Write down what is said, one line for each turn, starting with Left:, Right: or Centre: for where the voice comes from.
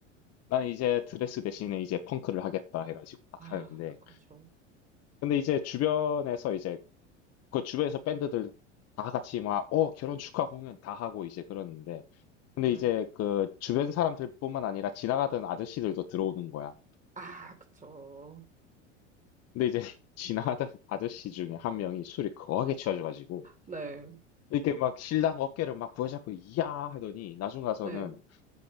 Left: 나는 이제 드레스 대신에 이제 펑크를 하겠다 해가지고 딱
Right: 아,
Left: 하는데.
Right: 그렇죠,
Left: 근데 이제 주변에서 이제, 그 주변에서 밴드들 다 같이 막, 어, 결혼 축하 공연 다 하고 이제 그러는데, 근데
Right: 네,
Left: 이제 그 주변 사람들뿐만 아니라 지나가던 아저씨들도 들어오는 거야.
Right: 아, 그쵸,
Left: 근데 이제 <laughs> 지나가던 아저씨 중에 한 명이 술이 거하게 취해져가지고
Right: 네,
Left: 이렇게 막 신랑 어깨를 막 부여잡고 이야 하더니 나중 가서는
Right: 네, <gasps>